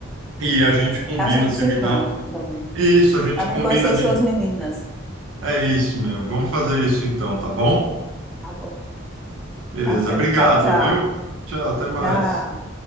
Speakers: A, on the right (about 65°); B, in the centre.
A: e a gente
B: Nossa,
A: combina,
B: A gente
A: você
B: se
A: me
B: encontra
A: dá.
B: também.
A: Isso, a gente
B: Para me
A: combina
B: conhecer
A: de.
B: suas meninas.
A: É isso mesmo. Vamos fazer isso então, tá bom?
B: Tá bom,
A: Beleza,
B: tá certo.
A: obrigado,
B: Tchau, tchau.
A: viu? Tchau, até mais.
B: Tchau.